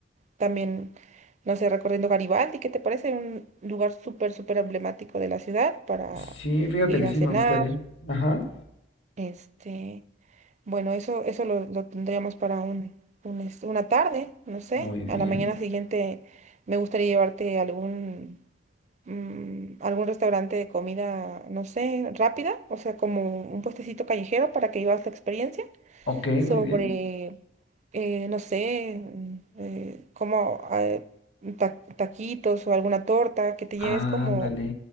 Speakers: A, on the right (about 35°); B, on the left (about 70°).
A: también, no sé, recorriendo Garibaldi, ¿qué te parece? Un lugar súper, súper emblemático de la ciudad para
B: Sí, fíjate
A: ir
B: que sí
A: a cenar.
B: me gustaría. Ajá.
A: Este, bueno, eso, eso lo, lo tendríamos para un, un es- una tarde, no sé.
B: Muy bien.
A: A la mañana siguiente me gustaría llevarte a algún, mm, algún restaurante de comida, no sé, rápida, o sea, como un puestecito callejero para que vivas la experiencia
B: Ok,
A: sobre
B: muy bien.
A: eh, no sé, eh, como eh, ta- taquitos o alguna torta, que te lleves
B: Ándale.
A: como